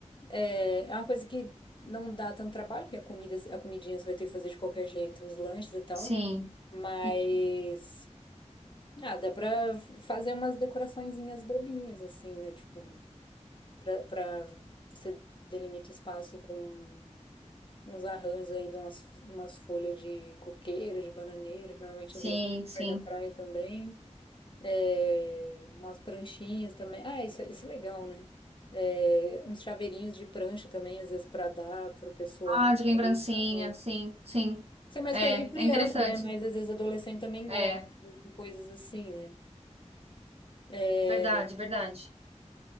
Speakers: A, on the left; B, on the right.
A: é, é uma coisa que não dá tanto trabalho, porque a comida, a comidinha você vai ter que fazer de qualquer jeito, os lanches e tal.
B: sim,
A: Mas
B: uhum,
A: Ah, dá pra fazer umas decoraçõezinhas bobinhas, assim, né? Tipo, pra, pra você delimita espaço com uns arranjos aí de umas, umas folhas de coqueiro, de bananeira, que normalmente
B: sim,
A: às vezes tem
B: sim.
A: perto da praia também. É, umas pranchinhas também. Ah, isso, isso é legal, né? É, uns chaveirinhos de prancha também, às vezes, pra dar pro pessoal.
B: Ah, de lembrancinha,
A: Legal.
B: sim, sim.
A: Isso é mais
B: É,
A: coisa de criança,
B: é interessante.
A: né? Mas às vezes adolescente também
B: É,
A: gosta de coisas assim, né? É,
B: verdade, verdade.